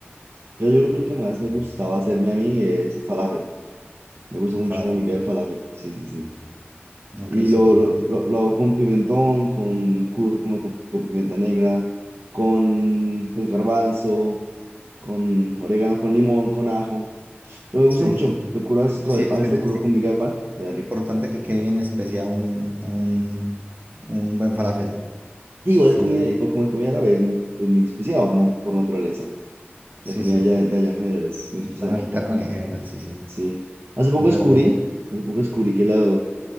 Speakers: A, on the right; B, on the right.
A: yo yo creo que que más me gustaba hacerme a mí es falafel. Me gusta
B: el
A: mucho
B: falafel.
A: cómo me queda el falafel. Sí, sí, sí.
B: Ok,
A: Y
B: sí,
A: lo,
B: sí.
A: lo, lo, lo
B: ¿no?
A: hago con pimentón, con cúrcuma, con, con pimienta negra, con pues, garbanzo, con orégano, con limón, con ajo. Pero me gusta
B: Sí,
A: mucho. Lo curo a veces, co-
B: sí,
A: a
B: es
A: veces
B: que es,
A: lo curo
B: sí,
A: con miga de pan. Queda
B: es
A: rico.
B: importante que quede bien especial un, un, un buen falafel.
A: Y
B: Es
A: igual es
B: la-
A: comida, igual como es comida árabe, es muy, es muy especial na- por naturaleza. La
B: Sí,
A: comida
B: sí,
A: allá- de allá en general es muy especial.
B: la Mediterránea en general, sí, sí,
A: Sí. Hace poco
B: es
A: descubrí,
B: verdad.
A: hace poco descubrí que, la-